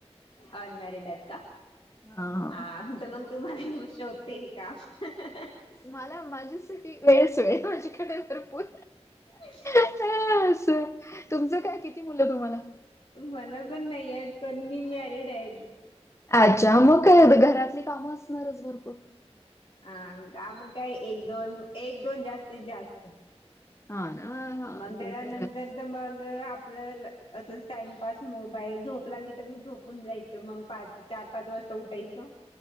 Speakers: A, on the left (about 55°); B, on the left (about 25°).
A: अनमॅरिड आहेत का?
B: हां.
A: आंत मंग. तुम्हारी होऊ शोकते हे काम हं हं हं.
B: मला माझ्यासाठी वेळच वेळ माझ्याकडे भरपूर
A: <inaudible>
B: ह्यासू तुमचं काय? किती मुलं तुम्हाला?
A: मला पण नाही आहेत. पण मी मॅरिड आहेत.
B: अच्छा मग काय एवढं? घरातली कामं असणारच भरपूर.
A: हा का मग काय एक दोन एक दोन जास्तीत जास्त.
B: हा ना. हा ना.
A: मग त्याच्यानंतर
B: ते तर आहेच.
A: तर मग आपलं असच टाइमपास मोबाईल झोप लागली तर मी झोपून जायचं मंग पाच. चार पाच वाजता उठायचं.